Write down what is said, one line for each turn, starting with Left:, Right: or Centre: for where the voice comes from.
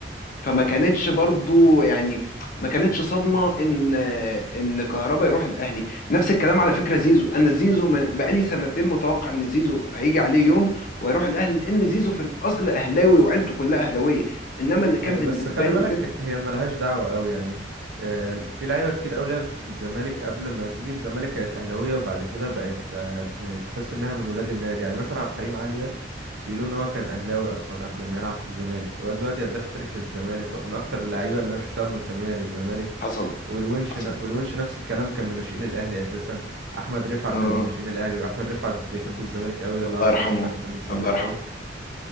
Left: فما كانتش برضو يعني ما كانتش صدمة ان ان كهربا يروح الاهلي نفس الكلام على فكرة زيزو انا زيزو من- بقالي سنتين متوقع ان زيزو هيجي عليه يوم وهيروح الاهلي لان زيزو في الاصل اهلاوي وعيلته كلها اهلاوية انما اللي كان
Right: أيوة،
Left: بالنسبة
Right: بس خلي
Left: لي
Right: بالك
Left: بجد
Right: هي ملهاش دعوة قوي يعني آه، في لعيبة كتير قوي لعبت في الزمالك قبل ما تيجي الزمالك كانت أهلاوية وبعد كده بقت آه، م- تحس إنها من ولاد النادي يعني مثلا عبد الحليم علي ده بيقولوا إن هو كان أهلاوي أصلا قبل ما يلعب في الزمالك وهو دلوقتي هداف التاريخ للزمالك ومن أكتر اللعيبة اللي أنا شفتها منتمية للزمالك
Left: حصل
Right: والونش
Left: حصل
Right: ن- والونش نفس الكلام كان من ناشئين الأهلي أساسا أحمد رفعت
Left: اه
Right: كان من ناشئين الأهلي وأحمد رفعت بيحب الزمالك قوي الله
Left: الله
Right: يرحمه
Left: يرحمه
Right: كان بيحب الزمالك
Left: الله يرحمه
Right: قوي